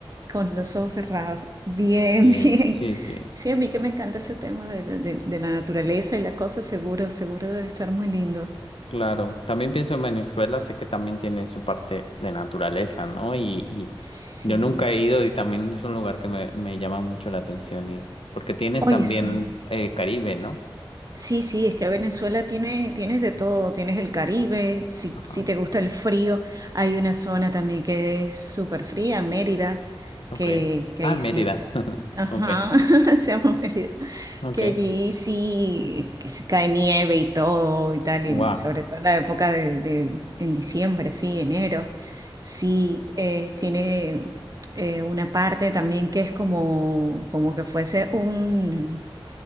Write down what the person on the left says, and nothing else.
Sí,
sí, sí.
Claro. También pienso en Venezuela, sé que también tiene su parte de naturaleza, ¿no? Y, y
yo nunca he ido y también es un lugar que me, me llama mucho la atención ir. Porque tienes
también
eh, Caribe, ¿no?
Ajá.
Ok.
Ah,
Mérida.
<laughs>
Ok.
Ok.
Wow.